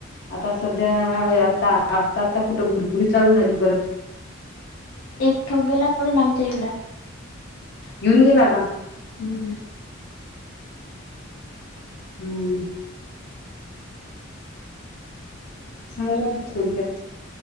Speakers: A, on the left; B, on the left.
A: आता सध्या आता, आता, आता कुठं भुरभुरी चालू झाली परत.
B: एक ठोक गेल्या परत आमच्याइकडं
A: घेऊन गेला का?
B: हम्म.
A: हम्म. चांगल झाल थोडक्यात.